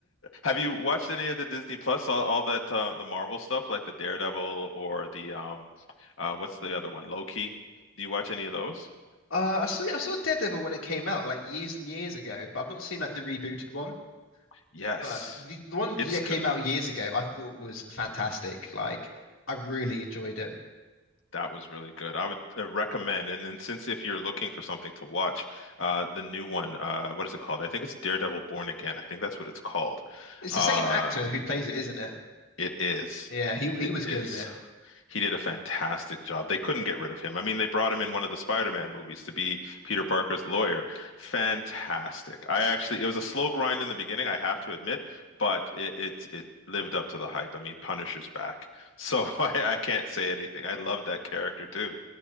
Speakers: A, on the left; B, on the left.
A: Have you watched any of the Disney Plus, all, all that uh, the Marvel stuff, like the Daredevil or the um, uh, what's the other one, Loki? Do you watch any of those?
B: Uh, I saw I saw Daredevil when it came out like years and years ago, but I've not seen like the rebooted one.
A: Yes,
B: But the, the one
A: it's
B: that
A: good.
B: came out years ago, I thought was fantastic. Like I really enjoyed it.
A: That was really good. I would uh, recommend, and then since if you're looking for something to watch, uh, the new one, uh, what is it called? I think it's Daredevil Born Again. I think that's what it's called.
B: It's
A: Uh,
B: the same actor who plays it, isn't it?
A: it is.
B: Yeah, he he
A: It
B: was
A: is.
B: good in it.
A: He did a fantastic job. They couldn't get rid of him. I mean, they brought him in one of the Spider-Man movies to be Peter Parker's lawyer. Fantastic. I actually, it was a slow grind in the beginning, I have to admit, but it it, it lived up to the hype. I mean, Punisher's back. So <laughs> I, I can't say anything. I love that character too.